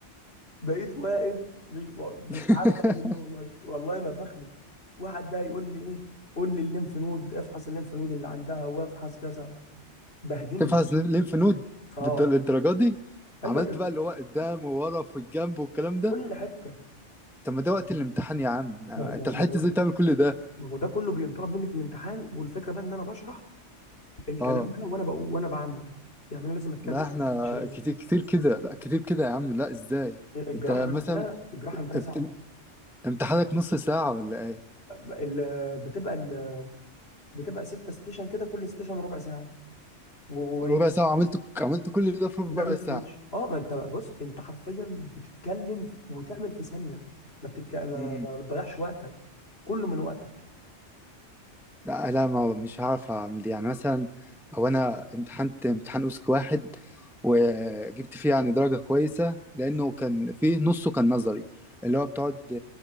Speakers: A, on the left; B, in the centre.
A: بقيت واقف مش مش
B: <laughs>
A: عارف اعمل ايه والله والله انا فخمي واحد بقى يقول لي ايه قول لي الليمف نود افحص الليمف نود اللي عندها وافحص كذا بهدلني
B: تفحص ليمف نود
A: اه
B: بالد- للدرجه دي
A: ايوه
B: عملت بقى اللي هو قدام وورا في الجنب والكلام ده
A: كل حته
B: طب ما ده وقت الامتحان يا عم انت
A: ما هو ما هو
B: لحقت
A: ما هو
B: ازاي تعمل كل ده
A: ما هو ده كله بينطلب مني في الامتحان والفكره بقى ان انا بشرح الكلام
B: اه
A: ده وانا بقول وانا بعمل يعني انا لازم اتكلم
B: لا
A: ما
B: احنا
A: بعملش بس
B: كتير كتير كده لا كتير كده يا عم لا ازاي
A: الجراحه
B: انت
A: عندنا
B: مثلا
A: الجراحه عندنا
B: ابت-
A: صعبه
B: امتحانك نص ساعه ولا ايه
A: ال- بتبقى ال- بتبقى ستة ستيشن كده كل ستيشن ربع ساعه ون-
B: ربع ساعه عملت عملت كل ده في ربع
A: ونعمل
B: ساعه
A: سويتش اه ما انت بص انت حرفيا بتتكلم وتعمل في ثانيه ما بتتك... ما
B: مم.
A: ما بتضيعش وقتك كله من وقتك
B: لا لا ما مش هعرف اعمل دي يعني مثلا او انا امتحنت امتحان اوسك واحد وجبت فيه يعني درجة كويسة لانه كان فيه نصه كان نظري اللي هو بتقعد